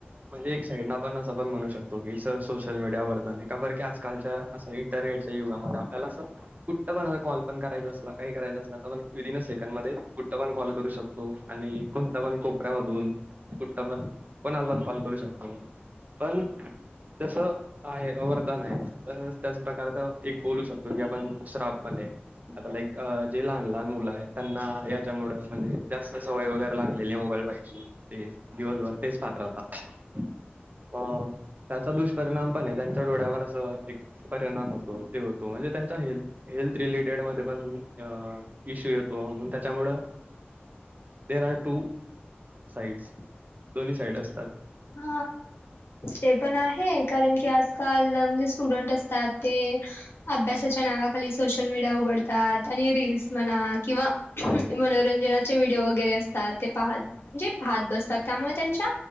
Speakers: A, on the right; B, on the left.
A: म्हणजे एक साईड ना पण असं पण म्हणू शकतो की स सोशल मीडिया वरदान आहे. <unintelligible> की आजकालच्या असं इंटरनेटच्या युगामध्ये आपल्याला असं कुठ पण अस कॉल पण करायचा असला काही करायचा असला तर पण विदिन अ सेकंड मध्ये कुठ पण कॉल करू शकतो आणि कोणता पण कोपऱ्यामधून, कुठ पण, कोणाला पण कॉल करू शकतो. पण तस आहे वर दान आहे तर तसंच त्याच प्रकारचा एक बोलू शकतो की आपण श्राप पण आहे. आता लाईक जे लहान लहान मुलं आहे त्यांना याच्यामुळ म्हणजे जास्त सवय वगैरे लागलेली मोबाईल पहायची ते दिवसभर तेच पाहत राहतात. अ त्याचा दुष्परिणाम पण आहे त्यांच्या डोळ्यावर असं एक परिणाम होतो ते होतो म्हणजे त्यांचा हेल्थ हेल्थ रिलेटेड मध्ये पण अ इश्यू येतो म्हणून त्याच्यामुळं देर आर टू साइड्स दोन्ही साईड असतात.
B: अ ते पण आहे कारण की आजकाल म्हणजे स्टुडंट असतात ते अभ्यासाच्या नावाखाली सोशल मीडिया उघडतात आणि रीलस म्हणा किंवा मनोरंजनाचे व्हिडिओ वगैरे अस ते पाहत म्हणजे पाहत बसतात त्यामुळ त्यांच्या